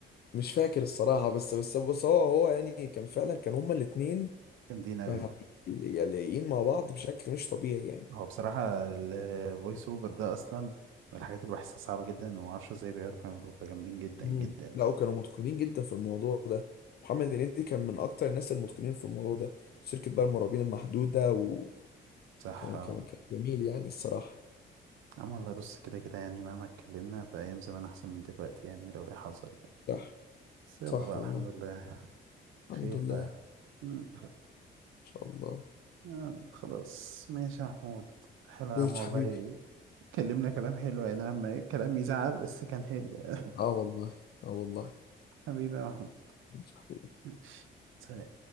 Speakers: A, on the left; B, on the right.
A: مش فاكر الصراحة بس بس بس هو هو يعني كان فعلا كان هما الاتنين
B: جامدين اوي
A: يعني لايقين مع بعض بشكل مش طبيعي يعني
B: هو بصراحة الفويس اوفر ده اصلا من الحاجات اللي بحسها صعبة جدا وما اعرفش ازاي بيعرفوا يعملوه فجامدين جدا
A: مم.
B: جدا يعني
A: لا وكانوا متقنين جدا في الموضوع ده محمد هنيدي كان من اكتر الناس المتقنين في الموضوع ده شركة بقى المرعبين المحدودة وكان
B: صح
A: كان
B: اه
A: كان جميل يعني الصراحة
B: عم والله بص كده كده يعني مهما اتكلمنا في ايام زمان احسن من دلوقتي يعني لو ايه حصل
A: صح
B: بس يلا
A: صح
B: بقى
A: والله
B: الحمد لله
A: الحمد
B: خير
A: لله
B: بقى
A: ان
B: مم.
A: شاء الله
B: آه، خلاص ماشي يا محمود حلو يا
A: ماشي
B: عم والله
A: حبيبي
B: كلمنا كلام حلو يعني عم كلام يزعل بس كان حلو يعني
A: اه والله اه والله
B: <laughs> حبيبي يا محمود
A: ماشي حبيبي
B: ماشي. سلام